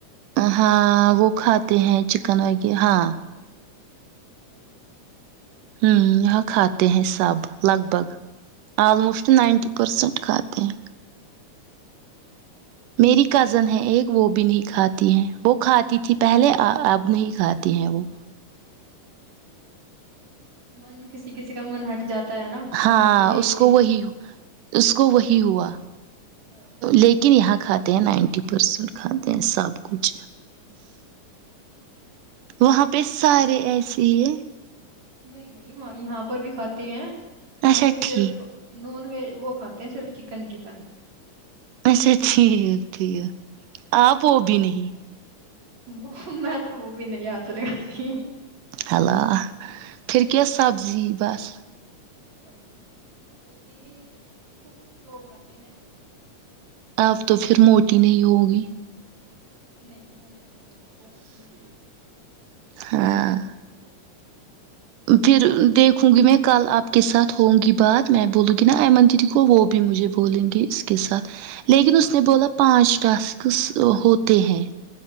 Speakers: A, on the right; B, on the right.
A: ہاں وہ کھاتے ہیں چکن ویرہ ہاں
B: اچھا <inaudible>
A: ہوں یہاں کھاتے ہیں سب لگ بھگ آللموسٹ نائنٹی پرسنٹ کھاتے ہیں میری
B: اچھا
A: کزن ہے ایک وہ بھی نہیں کھاتی ہیں وہ کھاتی تھی پہلے اب نہیں کھاتی ہیں وہ
B: من کسی کسی کا من ہٹ جاتا ہے نا
A: ہاں
B: کھانے سے دیکھ
A: اس
B: دیکھ
A: کو وہی
B: کے ہاں
A: اس کو وہی ہوا
B: ہوں
A: لیکن یہاں کا کھاتے ہیں نائنٹی پرسینٹ کھاتے ہیں سب کچھ وہاں پ سارے ایس یہ
B: نہیں نہیں یہاں پر بھی کھاتے ہیں یہاں
A: اچھا
B: پہ
A: ٹھیک
B: صرف نان ویج وہ کھاتے ہیں صرف چکن چکن
A: اچھا ٹھیک ٹھیک آپ وہ بھی
B: اور
A: نہیں
B: وہ میں تو بھی نہیں ہاتھ لگاتی میں،
A: ہیلو پھر کیا سبزی بس
B: سناو کیونکہ کچھ کچھ لوگ کھاتے ہیں
A: اب تو پھر موٹی نہیں ہوگی
B: نہیں میں نہیں موٹی میں پتلی سی ہوں
A: ہاں پھر دیکھوں گی میں کل آپ کے ساتھ ہووں گی بات میں بولوں گی نا ایمن دیدی کو وہ بھی مجھے بولیں گے اس کے ساتھ لیکن اس نے بولا پانچ ٹاسکس ہوتے ہیں